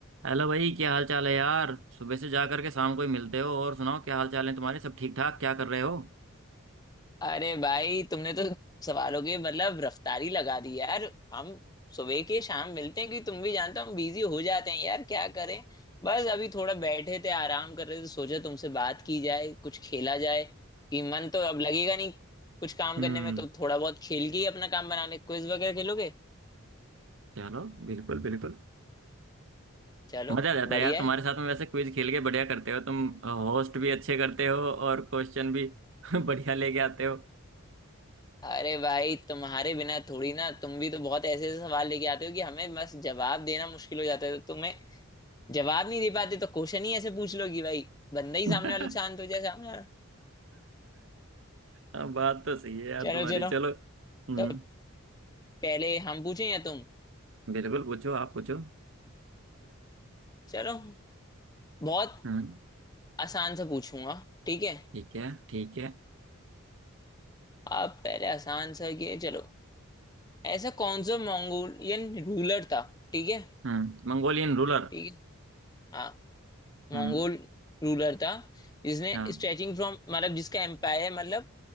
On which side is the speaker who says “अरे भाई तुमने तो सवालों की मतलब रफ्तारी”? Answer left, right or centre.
Left